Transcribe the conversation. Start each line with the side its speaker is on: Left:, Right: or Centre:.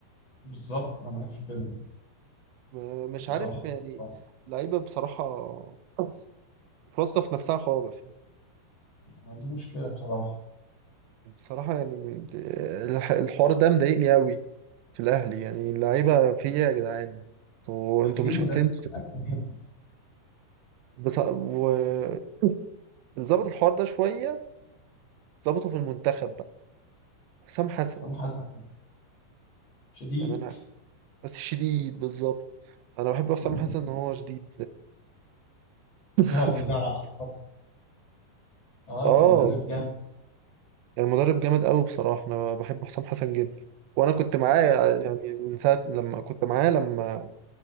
Left: بالظبط انا معاك في كده
Right: م- مش
Left: انت
Right: عارف
Left: صح
Right: يعني
Left: صح
Right: اللعيبه بصراحه مش واثقه في نفسها خالص
Left: ما دي مشكله بصراحه
Right: بصراحة يعني الح- الحوار ده مضايقني قوي في الأهلي يعني اللعيبة في إيه يا جدعان؟ انتوا
Left: محتاجين
Right: انتوا مش
Left: مدرب
Right: عارفين تت-
Left: بقى يفهمهم
Right: بص... وظبط الحوار ده شوية ظبطه في المنتخب بقى حسام حسن
Left: حسام حسن شديد
Right: يعني أنا بس شديد بالظبط أنا بحب حسام
Left: مم.
Right: حسن إن هو شديد <laughs>
Left: يقعد يزعق اه
Right: آه
Left: مدرب جامد
Right: يعني مدرب جامد قوي بصراحة أنا بحب حسام حسن جدا وأنا كنت معاه يعني من ساعة لما كنت معاه لما